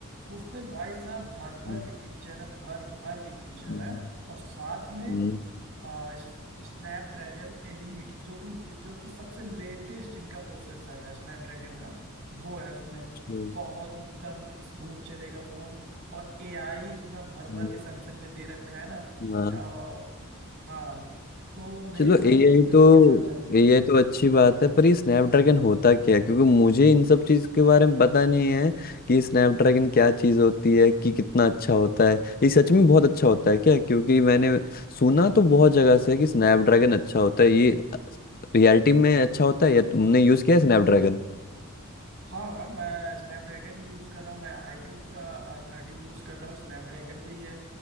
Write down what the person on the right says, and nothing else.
उसमें भाई साहब भर भर
के फीचर है भर भर के फीचर
है और साथ में
स्नैपड्रैगन एलीट जो भी जो कि सबसे लेटेस्ट इनका प्रोसेसर है स्नैपड्रैगन का वो है उसमें
बहुत ही एकदम स्मूथ चलेगा फोन और एआई इतना भर भर
के सैमसंग ने दे रखा है ना
आ, हाँ तो मेरे
हिसाब
से तुमको इसके
साथ जाना चाहिए
हाँ हाँ मैं स्नैपड्रैगन ही यूज़ कर रहा हूँ मैं आईक्यू का थर्टीन यूज़ कर रहा हूँ स्नैपड्रैगन पे ये